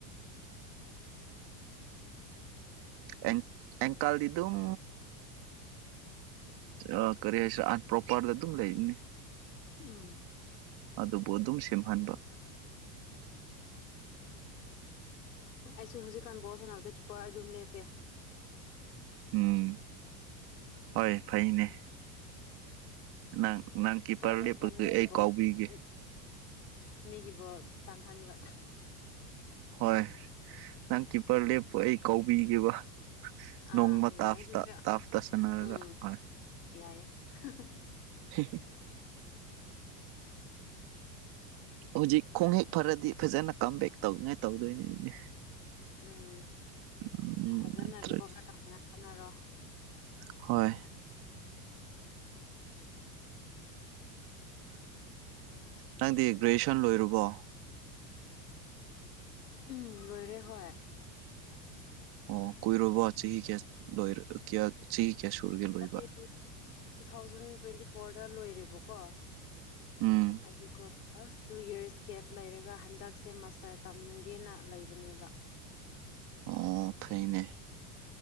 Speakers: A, on the right; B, on the left.
A: ꯑꯦꯡ ꯑꯦꯡꯀꯜꯗꯤ ꯗꯨꯝ ꯑꯥ ꯀꯔꯤ ꯍꯥꯏꯁꯦ ꯑꯟꯄꯣꯄꯔꯗ ꯗꯨꯝ ꯂꯩꯔꯤꯅꯦ
B: ꯎꯝ
A: ꯑꯗꯨꯕꯨ ꯑꯗꯨꯝ ꯁꯦꯝꯍꯟꯕ
B: ꯑꯩꯁꯨ ꯍꯧꯖꯤꯛꯀꯥꯟ ꯕꯣꯜ ꯁꯅꯕꯗ ꯀꯤꯞꯄꯔ ꯑꯗꯨꯝ ꯂꯦꯞꯄꯦ꯫
A: ꯎꯝ ꯍꯣꯏ ꯐꯩꯅꯦ ꯅꯪ ꯅꯪ
B: ꯀꯤꯄꯔ
A: ꯀꯤꯞꯄꯔ
B: ꯂꯦꯞꯄꯒ
A: ꯂꯦꯞꯄꯒꯤ
B: ꯃꯤꯒꯤ
A: ꯑꯩ
B: ꯕꯣꯜ
A: ꯀꯥꯎꯕꯤꯒꯦ
B: ꯎꯝ ꯃꯤꯒꯤ ꯕꯣꯜ ꯆꯥꯡꯍꯟꯕ
A: ꯍꯣꯏ ꯅꯪ ꯀꯤꯞꯄꯔ ꯂꯦꯞꯄꯨ ꯑꯩ ꯀꯧꯕꯤꯒꯦꯕ
B: ꯑꯥ
A: ꯅꯣꯡꯃ
B: ꯌꯥꯏ
A: ꯇꯥꯞꯇ
B: ꯑꯗꯨꯁꯨ
A: ꯇꯥꯞꯇ ꯁꯟꯅꯔꯒ
B: ꯎꯝ
A: ꯍꯣꯏ
B: ꯌꯥꯏꯌꯦ ꯍꯥꯍꯥ
A: ꯍꯩꯍꯩ ꯍꯧꯖꯤꯛ ꯈꯣꯡ ꯍꯦꯛ ꯐꯔꯗꯤ ꯐꯖꯅ ꯀꯝꯕꯦꯛ ꯇꯧꯅꯤꯡꯉꯥꯏ ꯇꯧꯗꯣꯏꯅꯦ ꯑꯩꯗꯤ
B: ꯎꯝ
A: ꯎꯝ
B: ꯐꯖꯅ
A: ꯅꯠꯇ꯭ꯔꯗꯤ
B: ꯔꯤꯀꯣꯚꯔ ꯇꯧꯅꯉꯥꯏ ꯍꯣꯠꯅꯔꯣ
A: ꯍꯣꯏ ꯅꯪꯗꯤ ꯒ꯭ꯔꯦꯖꯨꯁꯟ ꯂꯣꯏꯔꯕꯣ
B: ꯎꯝ ꯂꯣꯏꯔꯦ ꯍꯣꯏ
A: ꯑꯣ ꯀꯨꯏꯔꯕꯣ ꯆꯍꯤ ꯀꯌꯥ ꯂꯣꯢꯔ ꯀꯌꯥ ꯆꯍꯤ ꯀꯌꯥ ꯁꯨꯔꯒꯦ ꯂꯣꯏꯕ
B: ꯑꯩ ꯇꯨ ꯊꯥꯎꯖꯟ ꯇ꯭ꯋꯦꯟꯇꯤ ꯐꯣꯔꯗ ꯂꯣꯏꯔꯦꯕꯀꯣ
A: ꯎꯝ
B: ꯑꯗꯨꯒ ꯇꯨ ꯌꯔꯁ ꯒꯦꯞ ꯂꯩꯔꯒ ꯍꯟꯗꯛꯁꯦ ꯃꯥꯁꯇꯔ ꯇꯝꯒꯦꯅ ꯂꯩꯕꯅꯦꯕ
A: ꯑꯣ ꯐꯩꯅꯦ